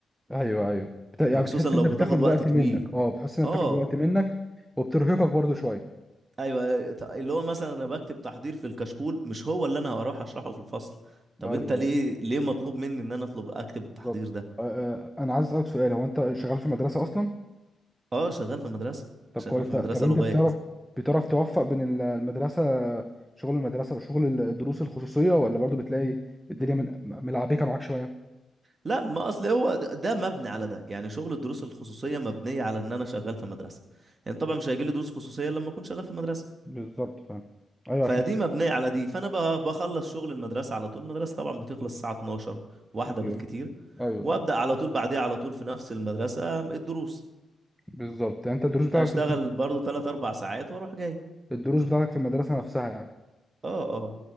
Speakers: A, in the centre; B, on the right.
A: ايوه ايوه بت- يعني
B: وخصوصا
A: بتحس
B: لو
A: انك
B: بتاخد
A: بتاخد
B: وقت
A: وقت
B: طويل
A: منك اه بتحس انك
B: اه
A: بتاخد وقت منك وبترهقك برضو شويه
B: ايوه ت- اللي هو مثلا انا بكتب تحضير في الكشكول مش هو اللي انا هروح اشرحه في الفصل طب
A: ايوه
B: انت ليه
A: ايوه
B: ليه مطلوب مني ان انا اطلب اكتب التحضير
A: بالظبط
B: ده
A: آه، آه، انا عايز اسالك سؤال هو انت شغال في مدرسه اصلا
B: اه شغال في مدرسه
A: طب
B: شغال
A: كويس
B: في
A: طب
B: مدرسه
A: انت
B: لغات
A: بتعرف بتعرف توفق بين ال- المدرسه شغل المدرسه وشغل ال- الدروس الخصوصيه ولا برضو بتلاقي الدنيا من- ملعبكه معاك شويه
B: لا ما اصل هو د- ده مبني على ده يعني شغل الدروس الخصوصيه مبنيه على ان انا شغال في مدرسه يعني طبعا مش هيجي لي دروس خصوصيه لما اكون شغال في مدرسه
A: بالظبط فعلا ايوه
B: فدي مبنيه على دي فانا ب- بخلص شغل المدرسه على طول المدرسه طبعا بتخلص الساعه 12 واحده
A: عشان
B: بالكتير
A: ايوه
B: وابدا على طول بعديها على طول في نفس المدرسه الدروس
A: بالظبط يعني انت الدروس بتاعتك
B: اشتغل
A: في
B: برضو 3 4 ساعات واروح جاي
A: الدروس بتاعتك في المدرسه نفسها يعني
B: اه اه